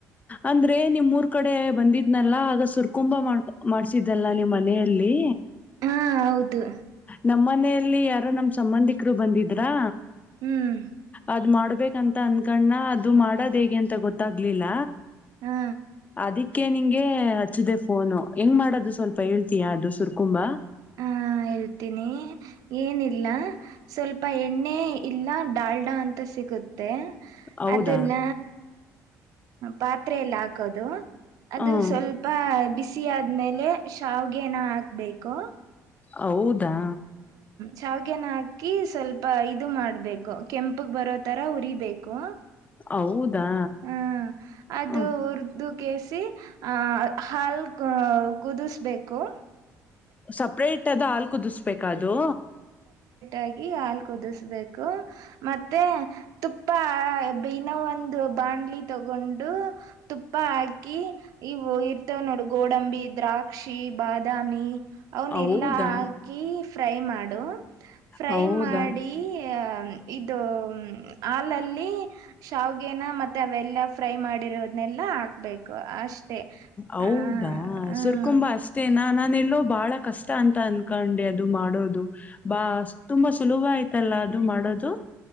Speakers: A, on the left (about 25°); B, on the right (about 70°).
A: ಅಂದ್ರೆ ನಿಮ್ ಮೂರ್ ಕಡೆ ಬಂದಿದ್ನಲ್ಲ ಆಗ ಸುರ್ಕುಂಬ ಮಾಡ್ ಮಾಡ್ಸಿದ್ದಲ್ಲ ನಿಮ್ ಮನೆಯಲ್ಲಿ
B: ಹಾ ಹೌದು
A: ನಮ್ಮ ಮನೆಯಲ್ಲಿ ಯಾರು ನಮ್ ಸಂಬಂಧಿಕರು ಬಂದಿದ್ರಾ
B: ಹ್ಮ್
A: ಅದ್ ಮಾಡ್ಬೇಕಂತ ಅನ್ಕಣ್ಣ ಅದು ಮಾಡದ್ ಹೇಗೆ ಅಂತ ಗೊತ್ತಾಗ್ಲಿಲ್ಲ
B: ಹಾ
A: ಅದಿ ಅಕೆ ನಿಂಗೆ ಹಚ್ಚದೆ ಫೋನು ಹೆಂಗ್ ಮಾಡೋದು ಸ್ವಲ್ಪ ಹೇಳ್ತಿ ಅು ಸುರ್ಕುಂಬಾ
B: ಹಾ ಹೇಳ್ತೀನಿ ಏನಿಲ್ಲ ಸ್ವಲ್ಪ ಎಣ್ಣೆ ಇಲ್ಲ ಡಾಲ್ಡಾ ಅಂತ ಸಿಗುತ್ತೆ
A: ಹೌದಾ
B: ಅದನ್ನ ಪಾತ್ರೆಯಲ್ಲಿ ಹಾಕೋದು ಅದು
A: ಹ್ಮ್
B: ಸ್ವಲ್ಪ ಬಿಸಿ ಆದ್ಮೇಲೆ ಶಾವ್ಗೆೇನ ಹಾಕ್ಬೇಕು
A: ಹೌದಾ
B: ಜಾವ್ಗೆನ ಹಾಕಿ ಸ್ವಲ್ಪ ಇದು ಮಾಡಬೇಕು ಕೆಂಪಗೆ ಬರೋ ತರ ಉರಿಬೇಕು
A: ಹೌದಾ
B: ಹಾ ಅದು
A: ಹ
B: ಉರ್ದು ಕೇಸಿ ಆಹ ಹಾಲ್ ಕುದಿಸಬೇಕು
A: ಸಪ್ರೇಟ್ ಅದು ಹಾಲ್ ಕುದಿಸ್ಬೇಕ ಅದು
B: ಾಗಿ ಹಾಲ್ ಕುದಿಸ್ಬೇಕು ಮತ್ತೆ ತುಪ್ಪ ಬಿನೋ ಒಂದು ಬಾಣ್ಲಿ ತಗೊಂಡು ತುಪ್ಪ ಹಾಕಿ ಇವು ಇರ್ತವೆ ನೋಡು ಗೋಡಂಬಿ ದ್ರಾಕ್ಷಿ ಬಾದಾಮಿ ಅವನ್
A: ಹೌದಾ
B: ಎಲ್ಲಾ ಹಾಕಿ ಫ್ರೈ ಮಾಡು ಫ್ರೈ
A: ಹೌದಾ
B: ಮಾಡಿ ಇ ಹಾಲಲ್ಲಿ ಶಾವಗೆೇನ ಮೆ ಅವೆಲ್ಲ ಫ್ರೈ ಮಾಡಿ ಬರೋದ್ನ್ನೆಲ್ಲ ಹಾಕ್ಬೇಕು ಅಷ್ಟೆ
A: ಹೌದಾ
B: ಹ ಹ
A: ಸುರ್ಕುಂಬ ಅಷ್ಟೇನ ನಾನ ಎಲ್ಲೋ ಬಹಳ ಕಷ್ಟ ಅಂತ ಅನ್ಕೊಂಡೆ ಅದು ಮಾಡೋದು ಬಾ ತುಂಬಾ ಸುಲಭ ಆಯ್ತು ಮತ್ತೆಲ್ಲ ಅದು ಮಾಡೋದು